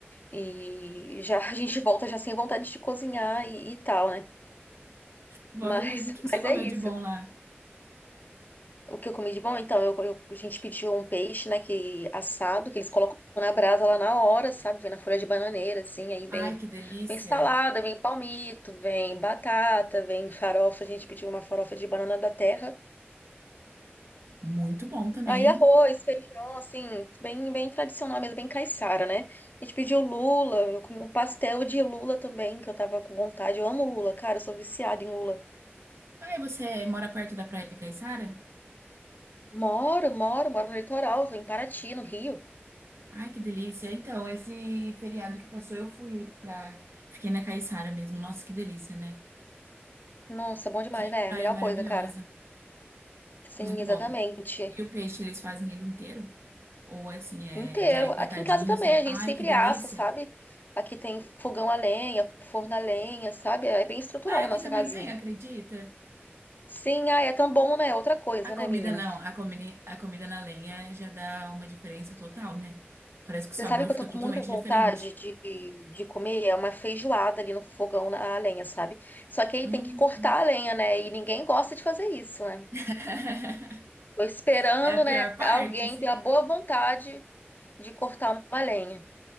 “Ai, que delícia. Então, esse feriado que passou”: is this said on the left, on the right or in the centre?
Right